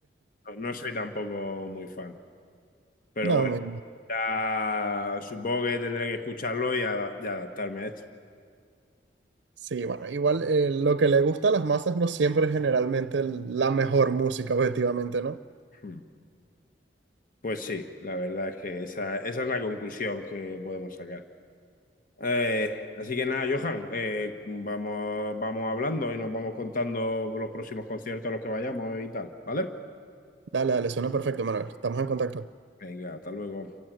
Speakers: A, on the left (about 50°); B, on the right (about 75°).
A: no, no soy tampoco muy fan. Pero
B: No,
A: bueno,
B: me...
A: ya supongo que tendré que escucharlo y, ada- y adaptarme a esto.
B: Sí, bueno, igual eh, lo que le gusta a las masas no siempre es generalmente el- la mejor música, objetivamente, ¿no?
A: Mm. Pues sí, la verdad es que esa, esa es la conclusión que podemos sacar. Eh, así que nada, Johan, eh, vamos, vamos hablando y nos vamos contando los próximos conciertos a los que vayamos y tal, ¿vale?
B: Dale, dale, suena perfecto, Manuel. Estamos en contacto.
A: Venga, hasta luego.